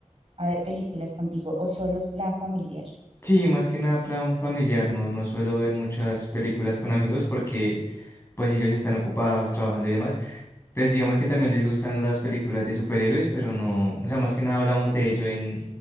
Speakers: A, on the right; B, on the left.
A: a ver películas contigo o solo es plan familiar?
B: Sí, más que nada plan familiar, no, no suelo ver muchas películas con amigos porque pues ellos están ocupados trabajando y demás. Pues digamos que también les gustan las películas de superhéroes, pero no, o sea, más que nada hablamos de ello en,